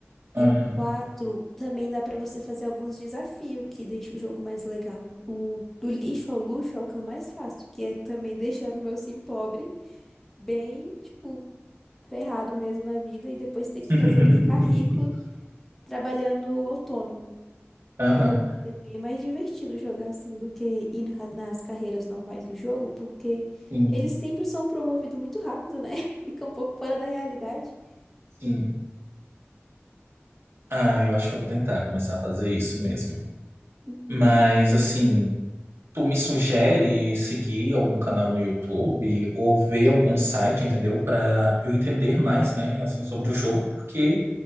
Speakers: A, on the right (about 65°); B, in the centre.
A: uhum.
B: E o quatro também dá pra você fazer alguns desafios que deixa o jogo mais legal. O do lixo ao luxo é o que eu mais faço, que é também deixando o meu sim pobre bem, tipo, ferrado mesmo na vida e depois ter que
A: <laughs>
B: fazer ele ficar rico trabalhando autônomo.
A: Aham,
B: É, é bem mais divertido jogar assim do que ir no ca- nas carreiras normais do jogo, porque
A: sim,
B: eles sempre são promovidos muito rápido, né? <laughs> Fica um pouco fora da realidade.
A: sim. Ah, eu acho que eu vou tentar começar a fazer isso mesmo.
B: Uhum,
A: Mas, assim, tu me sugere seguir algum canal no YouTube ou ver algum site, entendeu? Pra eu entender mais, né, assim, sobre o jogo, porque.